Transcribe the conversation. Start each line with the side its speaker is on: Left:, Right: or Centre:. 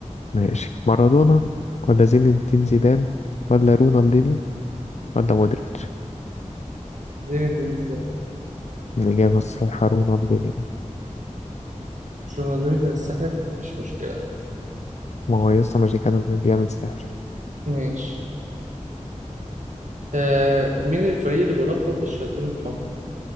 Left: ماشي مارادونا ولا زين الدين زيدان ولا رونالدينيو ولا مودريتش
Right: زين الدين زيدان
Left: الإجابة الصحيحة رونالدينيو
Right: رونالدينيو كان الساحر مش مشكلة
Left: ما هو يسطا مش كان بيعمل سحر
Right: ماشي آه مين الفريق اللي بيلقب بالشياطين الحمر؟